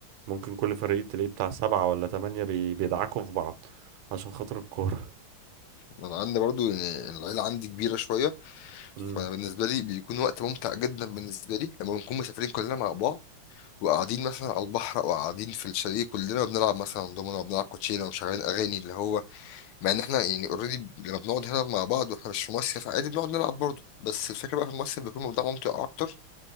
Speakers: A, on the right; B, on the left.
A: ممكن كل فريق تلاقيه بتاع سبعة ولا تمانية بي- بيدعكوا في بعض عشان خاطر الكورة
B: انا عندي برضو يعني العيله عندي كبيره شويه
A: امم
B: وانا بالنسبه لي بيكون وقت ممتع جدا بالنسبه لي لما بنكون مسافرين كلنا مع بعض وقاعدين مثلا على البحر او قاعدين في الشاليه كلنا بنلعب مثلا دومنا وبنلعب كوتشينه ومشغلين اغاني اللي هو مع ان احنا يعني اوريدي لما بنقعد هنا مع بعض واحنا مش في مصيف عادي بنقعد نلعب برضه بس الفكره بقى في المصيف بيكون الموضوع ممتع اكتر